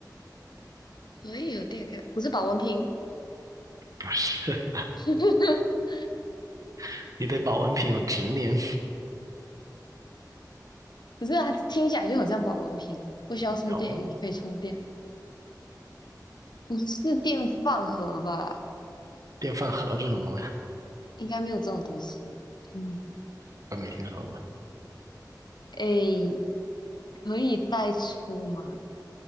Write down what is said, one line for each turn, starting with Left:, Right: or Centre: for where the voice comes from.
Left: 可以有电，可以不是保温瓶，
Right: <laughs> 不是，
Left: <laughs>
Right: <laughs> 你对保温瓶有执念
Left: 不是啊，听起来就很像保温瓶啊，不需要充电也可以充电，
Right: n
Left: 不是电饭盒吧？
Right: 电饭盒是什么东西啊？
Left: 应该没有这种东西。嗯，
Right: 我没听说过。
Left: 诶，可以带出门，